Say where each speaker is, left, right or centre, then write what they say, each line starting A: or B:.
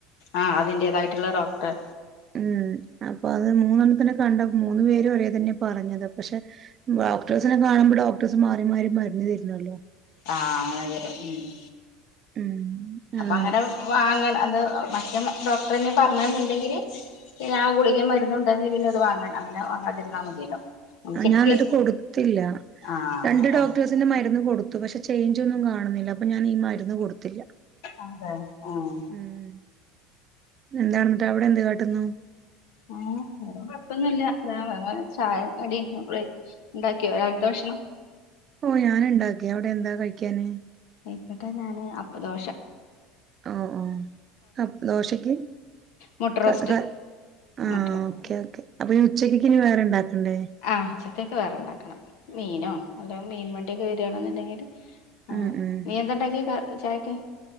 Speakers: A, on the left; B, on the right.
A: ആഹ് അതിന്റേതായിട്ടുള്ള ഡോക്ടറെ
B: മ്മ്ഹ് അപ്പൊ അത് മൂന്നെണ്ണത്തിനെ കണ്ട മൂന്നു പേരും ഒരേ തന്നെ പറഞ്ഞത് പക്ഷേ ഡോക്ടേഴ്സിനെ കാണുമ്പോ ഡോക്ടേഴ്സ് മാറി മാരി മരുന്ന് തരുന്നല്ലോ
A: ആഹ് അങ്ങനെരേ മ്മ്ഹ്
B: ഉം
A: അപ്പൊ
B: അതാണ്
A: അങ്ങനെ വാങ്ങ അത് മറ്റേ ഡോക്ടറനെ പർണ്ണ്ടെങ്കില് പിന്നെ ആ ഗുളികെ. മരുന്നുണ്ടെങ്കിൽ. പിന്നെത് വാങ്ങണ്ട അങ്ങനെ വാങ്ങാതിരുന്നാൽ മതിയല്ലോ. ഒന്ന്
B: ആ
A: ചെക്ക്
B: ഞാൻ എന്നട്ട് കൊടുത്തില്ല.
A: ആഹ്
B: രണ്ട്
A: അതാണ്
B: ഡോക്ട്ടെസ് തിന്റെ മരുന്ന് കൊടുത്തു. പഷേ ചെയ്ഞ്ചോന്നും കാണുന്നില്ല അപ്പൊ ഞാൻ ഈ മരുന്ന് കൊടുത്തില്ല.
A: അതെ ആഹ്
B: ഉം എന്താണ്ന്നട്ട്. അവടെ എന്ത് കാട്ടുന്നു.
A: ഉം കൊഴപ്പൊന്നുല്ല. താ വേ വെ ചായ കടി വെ ണ്ടാക്കിക്യ രാവിൽത്തെ ഭക്ഷണം
B: ഓ ഞാന് ണ്ടാകി. അവടെ എന്താ കഴിക്കാന്.
A: ഇപട ഞാന് അപ്പദോഷ.
B: ആഹ് ആഹ് അപ് ദോശയ്ക്ക്
A: മുട്ട റോസ്റ്റ്
B: ക ക ആഹ്
A: മുട്ട റോസ്റ്റ്
B: ഓക്കെ ഓക്കെ. അപ്പഇനി ഉച്ചയ്കെക് ഇനി വേറെ ണ്ടാക്കണ്ടേ.
A: ആ ഉച്ചതെക്ക് വേറെണ്ടാക്കണം. മീനോ അല്ല മീൻ വണ്ടിയൊക്കെ. വെര്ണെന്നുണ്ടെങ്കിൽ. ആഹ്
B: ഉം ഉം
A: നീ എന്താണ്ടാക്കി കാ. ചായക്ക്.